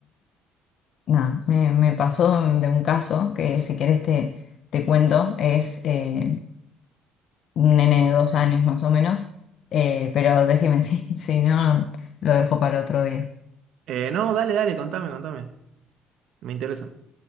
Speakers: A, on the left; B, on the right.
A: Nada, me, me pasó de un caso que si quieres te, te cuento, es eh, un nene de dos años más o menos, eh, pero decime si, <laughs> si no, lo dejo para otro día.
B: Eh, no, dale, dale, contame, contame. Me interesa.